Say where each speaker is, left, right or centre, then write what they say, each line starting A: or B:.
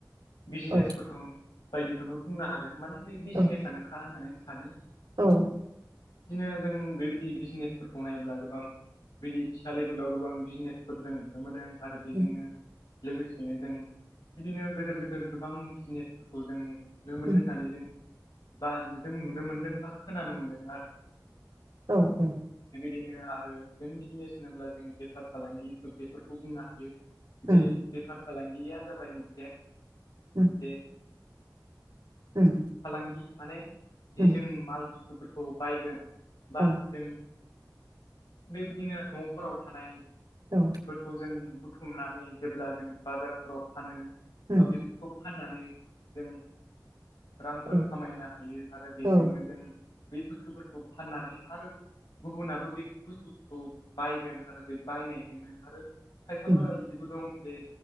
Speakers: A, on the left; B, on the right.
A: बिजनेसफोरखौ
B: औ
A: बायदिखौनो बुंनो हागोन माने बे बिजिनेसानोखा
B: औ
A: होननानै आं सानो।
B: औ
A: बिदिनो जों बेबायदि बिजनेसफोरखौ नायोब्ला गोबां बिदि फिसा लेभेलाव गोबां बिजनेसफोर जों नुनो मोनो आरो बेजोंनो
B: उम
A: लोगोसेनो जों बिदिनो गोदोर गोदोर गोबां बिजनेसफोरखौ जों नो मोनो
B: उम
A: होननानै जों बा नु जों नुनो मोनदों बा खोनानो मोनदों आरो ना?
B: औ औ
A: बेबायदिनो आरो जों बिजिनेस होनोब्ला जों बेफार फालांगि बेफोरखौ बुंनो हायो। जे
B: उम
A: बेफार फालांगिया जाबाय मोनसे
B: उम
A: जे
B: उम।
A: फालांगि माने जि
B: उम
A: जों माल बुस्थुफोरखौ बायगोन बा
B: औ
A: जों बेबायदिनो न'फोराव थानाय
B: औ
A: फोरफोरखौ जों बुथुमनानै जेब्ला जों बाजारफोराव फानो
B: उम
A: बा बेफोरखौ फाननानै जों रांफोर
B: औ
A: खामायनो हायो आरो बेजोंनो
B: औ
A: जों बे बुस्थुफोरखौ फाननानै आरो गुबुनाबो बेफोर बुस्थु खौ बायगोन आरो बे बायनायजोंनो आरो खायफाफोरा
B: उम
A: इदिबो दं जे